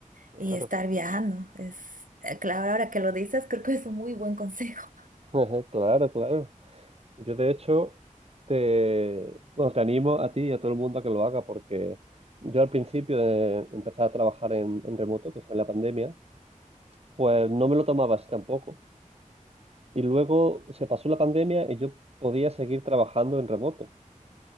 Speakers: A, on the right; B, on the right.
A: Claro.
B: y estar viajando. Es, eh, claro, ahora que lo dices, creo que es un muy buen consejo.
A: Ejé, Claro, claro. Yo de hecho te, bueno, te animo a ti y a todo el mundo a que lo haga porque yo al principio de empezar a trabajar en, en remoto, que fue en la pandemia, pues no me lo tomaba así tampoco. Y luego se pasó la pandemia y yo podía seguir trabajando en remoto.